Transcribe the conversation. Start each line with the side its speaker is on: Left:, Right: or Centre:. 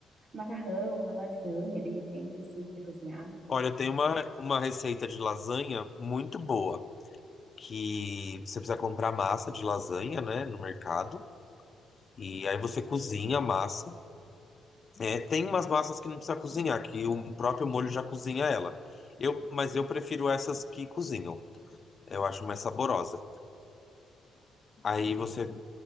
Right: macarrão, uma lasanha, de repente, assim, pra cozinhar.
Left: Olha, tem uma, uma receita de lasanha muito boa, que você precisa comprar massa de lasanha, né, no mercado. E aí você cozinha a massa. É, tem umas massas que não precisa cozinhar, que o próprio molho já cozinha ela. Eu, mas eu prefiro essas que cozinham. Eu acho mais saborosa. Aí você